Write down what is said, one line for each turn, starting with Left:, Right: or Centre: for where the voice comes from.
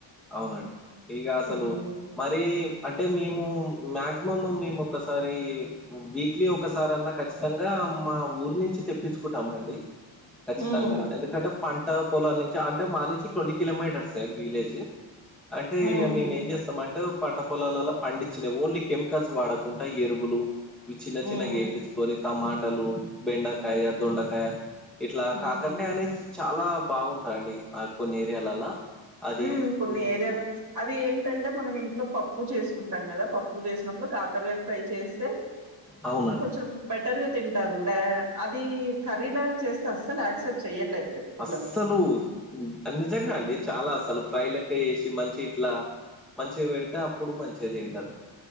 Centre: అవునండి ఇక అసలు
Right: హ్మ్.
Centre: మరీ అంటె మేము మ్యాక్ మం మేము ఒక్కసారి వీక్లీ ఒకసారి అన్న కచ్చితంగా మా ఊరు నుంచి తెప్పించు కుంటమండి ఖచ్చితంగా
Right: హ్మ్.
Centre: ఎందుకంటె పంట పొలాల నుంచి అంటె మా నుంచి ట్వంటీ కిలోమీటర్స్ ఎ విలేజ్ అంటే
Right: హ్మ్.
Centre: ఇగ మేము ఏం చేస్తమంటె పంట పొలాలల్ల పండించినయి ఓన్లీ కెమికల్స్ వాడకుండ ఎరువులు ఇవి చిన్న
Right: హ్మ్.
Centre: చిన్నగ ఏపించుకొని టమాటలు బెండకాయ, దొండకాయ ఇట్లా
Right: హ్మ్.
Centre: కాకరకాయ అనేది చాలా బాగుంటదండి ఆ కొన్ని ఏరియాలల్ల అది
Right: హ్మ్.
Centre: హ్మ్
Right: కొన్ని ఏరియాలు అదె ఇగ ఏంటంటే మనం ఇంట్లో పప్పు చేసుకుంటం కద పప్పు చేసినప్పుడు కాకరగాయ ఫ్రై చేస్తే
Centre: అవునండి.
Right: కొంచెం బట్ త్వరగ తింటారు బా అది కర్రీలాగా చేస్తే అస్సలు యాక్సెప్ట్ చెయ్యట్లేదు పిల్లలు.
Centre: అస్సలు
Right: హ్మ్.
Centre: నిజంగా అండి చాలా అస్సలు ఫ్రై లెక్క చేసి మంచి ఇట్ల మంచిగ పెడితే అప్పుడు మంచిగ తింటరు